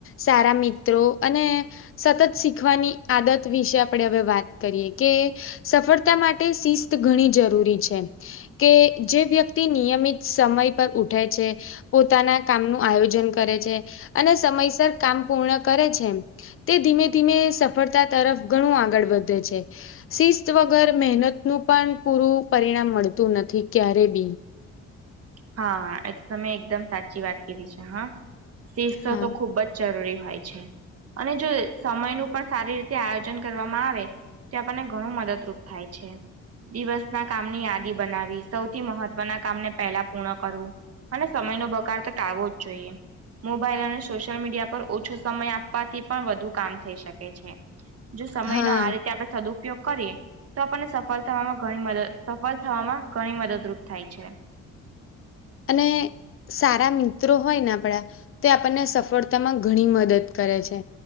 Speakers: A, on the left; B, on the right.
A: સારા મિત્રો અને સતત શીખવાની આદત વિશે આપણે હવે વાત કરીએ કે સફળતા માટે શિસ્ત ઘણી જરૂરી છે. કે જે વ્યક્તિ નિયમિત સમય પર ઉઠે છે. પોતાના કામનું આયોજન કરે છે અને સમયસર કામ પૂર્ણ કરે છે. તે ધીમે ધીમે સફળતા તરફ ઘણું આગળ વધે છે. શિસ્ત વગર મહેનત નું પણ પૂરું પરિણામ મળતું નથી ક્યારે બી.
B: હાા તમે એકદમ સાચી વાત કરી છે હા. શિસ્ત
A: હા
B: તો ખુબ જ જરૂરી હોય છે. અને જો સમય નું પણ સારી રીતે આયોજન કરવામાં આવે. તે આપણને ઘણું મદદરૂપ થાય છે. દિવસ ના કામની યાદી બનાવી સૌથી મહત્વના કામને પહેલા પૂર્ણ કરવું અને સમય નો બગાડ તો ટાવો જ જોઈએ. મોબાઈલ અને સોશિયલ મીડિયા પર ઓછો સમય આપવાથી પણ વધુ કામ થઈ શકે છે. જો સમય
A: હા
B: નો આ રીતે આપડણે સદુપયોગ કરીએ. તો આપણને સફળ થવામાં ઘણી મદદ સફળ થવામાં ઘણી મદદરૂપ થાય છે.
A: અને સારા મિત્રો હોય ને આપણા તે આપણને સફળતામાં ઘણી મદદ કરે છે.